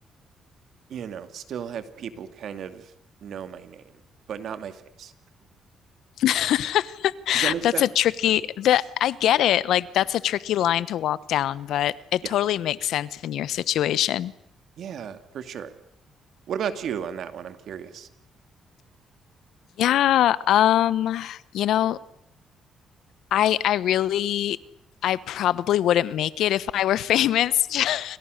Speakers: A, on the right; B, on the left.
A: you know, still have people kind of know my name, but not my face.
B: <laughs>
A: Does that make
B: That's
A: sense?
B: a tricky, the, I get it. Like that's a tricky line to walk down, but it
A: Yeah.
B: totally makes sense in your situation.
A: Yeah, for sure. What about you on that one? I'm curious.
B: Yeah, um, you know, I I really I probably wouldn't make it if I were famous. <laughs>